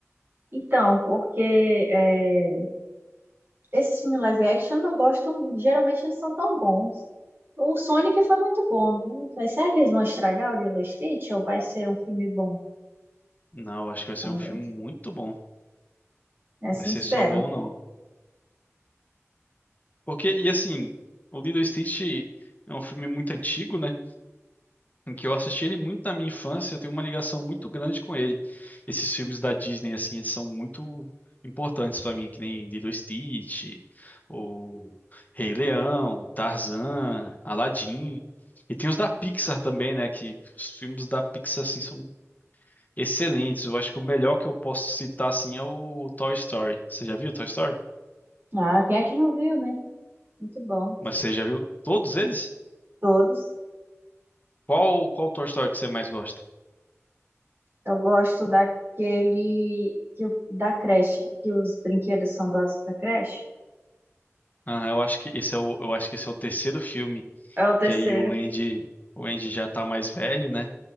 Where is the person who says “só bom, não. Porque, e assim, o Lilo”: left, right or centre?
Left